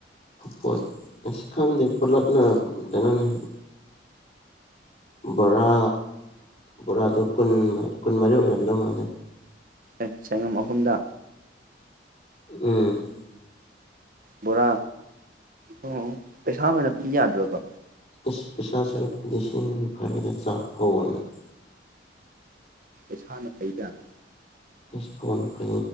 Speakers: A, on the left; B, on the right.
A: ꯄꯣꯠ ꯑ ꯈꯪꯗꯦ ꯄꯨꯂꯞꯅ ꯀꯩꯅꯣꯅꯤ ꯕꯣꯔꯥ ꯕꯣꯔꯥꯗꯨꯣ ꯀꯨ ꯀꯨꯟꯃꯔꯤ ꯑꯣꯏꯔꯝꯗꯧ ꯃꯥꯜꯂꯦ
B: ꯑꯦ ꯁꯉꯝ ꯑꯍꯨꯝꯗ
A: ꯎꯝ
B: ꯕꯣꯔꯥ ꯑꯣ ꯄꯩꯁꯥ ꯑꯣꯏꯅ ꯄꯤ ꯌꯥꯗ꯭ꯔꯕ
A: ꯏꯁ ꯄꯩꯁꯥ ꯁꯔꯨꯛ ꯂꯤꯁꯤꯡ ꯑ ꯐꯔꯤꯦꯗ ꯆꯥꯛ ꯐꯥꯎ ꯑꯣꯏꯅ
B: ꯏꯁꯥꯅ ꯐꯩꯗꯅ
A: ꯏꯁ ꯐꯟꯄꯥꯏ